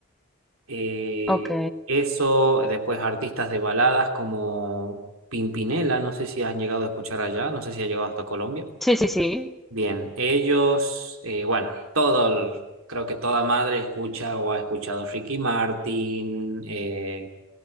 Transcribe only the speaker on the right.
Eh,
eso, después artistas de baladas como Pimpinela, no sé si has llegado a escuchar allá, no sé si ha llegado hasta Colombia.
Bien, ellos, eh, bueno, todo, el- creo que toda madre escucha o ha escuchado Ricky Martin, eh,